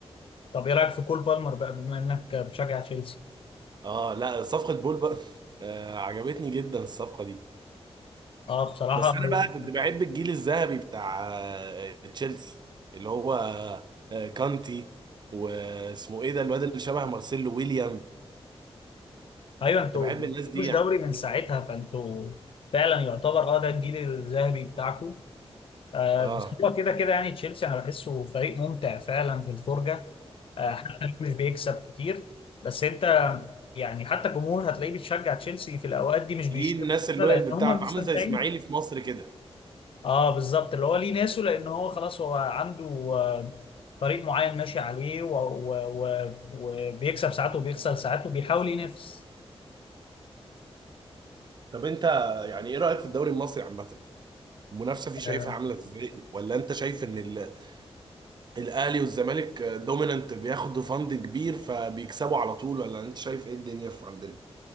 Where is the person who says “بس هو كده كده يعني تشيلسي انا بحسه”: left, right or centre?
Left